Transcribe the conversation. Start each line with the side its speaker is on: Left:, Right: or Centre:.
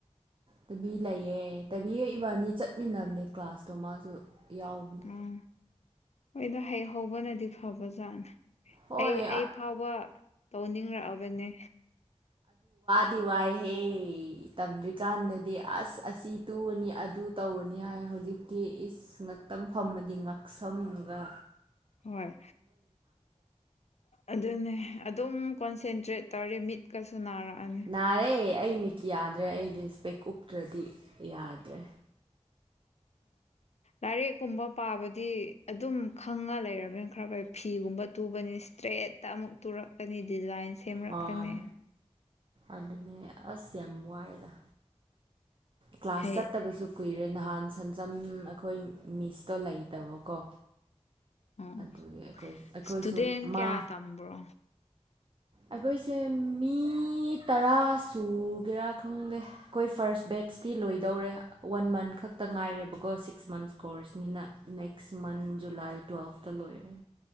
Right: ꯇꯕꯤ ꯂꯩꯑꯦ ꯇꯕꯤꯒ ꯏꯕꯅꯤ ꯆꯠꯃꯤꯟꯅꯕꯅꯦ ꯀ꯭ꯂꯥꯁꯇꯣ ꯃꯥꯁꯨ ꯌꯥꯎꯕꯅꯤ
Left: ꯎꯝ ꯍꯣꯏꯗꯣ ꯍꯩ ꯍꯧꯕꯅꯗꯤ ꯐꯕꯖꯥꯠꯅ
Right: ꯍꯣꯏ
Left: ꯑꯩ ꯑꯩ ꯐꯥꯎꯕ ꯇꯧꯅꯤꯡꯂꯛꯑꯕꯅꯦ
Right: ꯗꯤ ꯋꯥꯏꯍꯦ ꯇꯝꯗ꯭ꯔꯤꯀꯥꯟꯗꯗꯤ ꯑꯁ ꯑꯁꯤ ꯇꯨꯕꯅꯤ ꯑꯗꯨ ꯇꯧꯅꯤ ꯍꯥꯏ ꯍꯧꯖꯤꯛꯇꯤ ꯏꯁ ꯉꯥꯛꯇꯪ ꯐꯝꯃꯗꯤ ꯉꯥꯛꯁꯝꯒ
Left: ꯍꯣꯏ ꯑꯗꯨꯅꯦ ꯑꯗꯨꯝ ꯀꯣꯟꯁꯦꯟꯇ꯭ꯔꯦꯠ ꯇꯧꯔꯦ ꯃꯤꯠꯀꯁꯨ ꯅꯥꯔꯛꯑꯅꯤ
Right: ꯅꯥꯔꯦ ꯑꯩ ꯃꯤꯠ ꯌꯥꯗ꯭ꯔꯦ ꯑꯩꯗꯤꯁꯄꯦꯛ ꯎꯞꯇ꯭ꯔꯗꯤ ꯌꯥꯗ꯭ꯔꯦ ꯇ꯭ꯔꯦ
Left: ꯂꯥꯏꯔꯤꯛꯀꯨꯝꯕ ꯄꯥꯕꯗꯤ ꯑꯗꯨꯝ ꯈꯪꯉ ꯂꯩꯔꯕꯅꯤꯅ ꯈꯔ ꯐꯩ ꯐꯤꯒꯨꯝꯕ ꯇꯨꯕꯅꯤ ꯏꯁꯇ꯭ꯔꯦꯠꯇ ꯑꯃꯨꯛ ꯇꯨꯔꯛꯀꯅꯤ ꯗꯤꯖꯥꯏꯟ ꯁꯦꯝꯔꯛꯀꯅꯤ
Right: ꯍꯣꯏ ꯑꯗꯨꯅꯦ ꯑꯁ ꯌꯥꯝ ꯋꯥꯏꯗ ꯀ꯭ꯂꯥꯁ
Left: ꯍꯩ
Right: ꯆꯠꯇꯕꯁꯨ ꯀꯨꯏꯔꯦ ꯅꯍꯥꯟ ꯁꯦꯟꯖꯝ ꯑꯩꯈꯣꯏ ꯃꯤꯁꯇꯣ ꯂꯩꯇꯕꯀꯣ
Left: ꯑꯣ
Right: ꯑꯗꯨꯒꯤ ꯑꯩꯈꯣꯏ ꯑꯩꯈꯣꯏꯁꯨ
Left: ꯏꯁꯇꯨꯗꯦꯟ ꯀꯌꯥ
Right: ꯃꯥ
Left: ꯇꯝꯕ꯭ꯔꯣ
Right: ꯑꯩꯈꯣꯏꯁꯦ ꯃꯤ ꯇꯔꯥ ꯁꯨꯒꯦꯔꯥ ꯈꯪꯗꯦ ꯑꯩꯈꯣꯏ ꯐꯥꯔꯁ ꯕꯦꯠꯁꯇꯤ ꯂꯣꯏꯗꯧꯔꯦ ꯋꯥꯟ ꯃꯟꯠ ꯈꯛꯇ ꯉꯥꯏꯔꯦꯕꯀꯣ ꯁꯤꯛꯁ ꯃꯟꯁ ꯀꯣꯔꯁꯅꯤꯅ ꯅꯦꯛꯁ ꯃꯟꯠ ꯖꯨꯂꯥꯏ ꯇꯨꯋꯦꯜꯐꯇ ꯂꯣꯏꯔꯦ